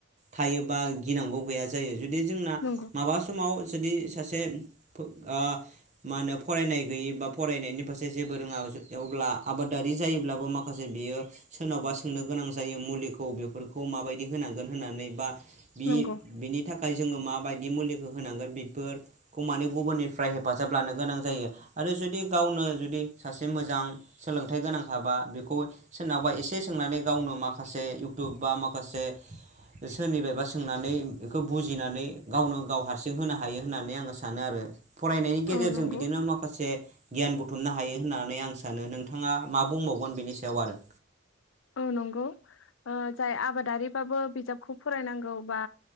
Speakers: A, on the right; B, on the left.
A: थायोबा गिनांगौ गैया जायो जुदि जोंना
B: नंगौ
A: माबा समाव जुदि सासे ओ मा होनो फरायनाय गैयि बा फरायनायनि फारसे जेबो रोङा अब्ला आबादारि जायोब्लाबो माखासे बेयो सोरनावबा सोंनो गोनां जायो मुलिखौ बेफोरखौ माबायदि होनांगोन होननानै बा बि
B: नंगौ
A: बिनि थाखाय जोङो मााबायदि मुलिखौ होनांगोन बेफोरखौ माने गुबुननिफ्राय हेफाजाब लानो गोनां जायो आरो जुदि गावनो जुदि सासे मोजां सोलोंथाइ गोनांखाबा बेखौ सोरनावबा एसे सोंनानै गावनो माखासे इउटुब बा माखासे सोरनिबायबा सोंनानै बेखौ बुजिनानै गावनो गाव हारसिं होनो हायो होननानै आङो सानो आरो। फरायनायनि गेजेरजों
B: औ नंगौ
A: बिदिनो माखासे गियान बुथुमनो हायो होननानै आं सानो नोंथाङा मा बुंबावगोन बेनि सायाव आरो।
B: ओ नंगौ ओ जाय आबादारिबाबो बिजाबखौ फरायनांगौ बा